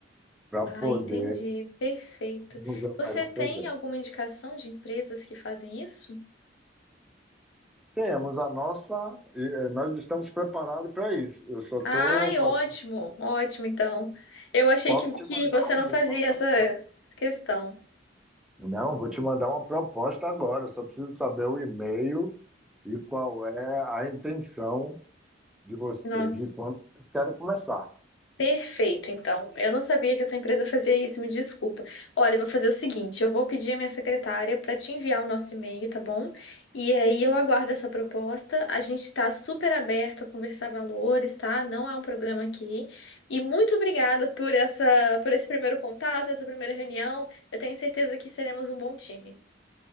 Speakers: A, in the centre; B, on the left.
A: para
B: Ah,
A: poder
B: entendi. Perfeito.
A: desenvolver o
B: Você
A: melhor
B: tem
A: projeto.
B: alguma indicação de empresas que fazem isso?
A: Temos a nossa, nós estamos preparados para isso. Eu só estou
B: Ai, ótimo,
A: fazendo,
B: ótimo, então. Eu achei
A: posso
B: que,
A: te
B: que
A: mandar
B: você
A: um
B: não fazia
A: nosso
B: essa
A: apoio.
B: questão.
A: Não, vou te mandar uma proposta agora. Só preciso saber o e-mail e qual é a intenção de você,
B: Nossa.
A: de quando vocês querem começar.
B: Perfeito, então. Eu não sabia que a sua empresa fazia isso, me desculpa. Olha, eu vou fazer o seguinte: eu vou pedir à minha secretária para te enviar o nosso e-mail, tá bom? E aí eu aguardo essa proposta. A gente está super aberto a conversar valores, tá? Não é um problema aqui. E muito obrigada por essa, por esse primeiro contato, essa primeira reunião. Eu tenho certeza que seremos um bom time.